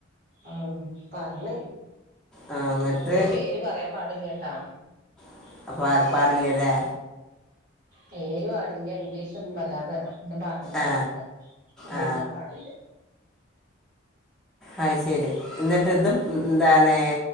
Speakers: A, on the right; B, in the centre.
A: ആഹ പർഞ്.
B: ആ, എന്നിട്ട്
A: എതില് പേര് പറയാൻ പാടില്ലട്ടാ.
B: <unintelligible> ലേ.
A: പേരും ആടില്ല ഇംഗ്ലീഷൊന്നും വല്ലാതെ. ന്ന് പറഞ്ഞരാ
B: ആ
A: അതൊക്കെ ഉപയോഗിക്കാൻ
B: ആ
A: പാടില്ല.
B: ആ് ശരി എന്നിട്ട് ഇത് എന്താണ്